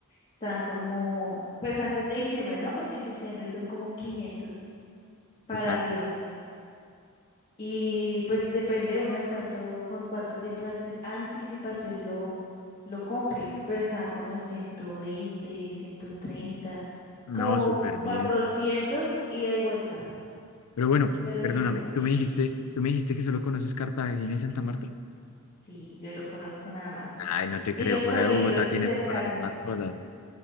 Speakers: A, on the left; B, on the left.
A: estaban como, pues antes de diciembre, ¿no? Porque en diciembre son como 500 para
B: Exacto.
A: arriba. Y pues depende uno de cuánto, con cuánto tiempo de ante- anticipación lo, lo compre, pero estaban como en ciento veinte ciento treinta
B: No,
A: como
B: súper bien.
A: 400 ida y vuelta.
B: Pero bueno,
A: Pero
B: perdóname,
A: yo digo, uff,
B: tú me dijiste, tú me dijiste que solo conoces Cartagena y Santa Marta.
A: sí, yo no conozco nada más.
B: Ay, no te creo,
A: Y los
B: fuera
A: pueblitos
B: de Bogotá tienes
A: cercanos,
B: que conocer más cosas.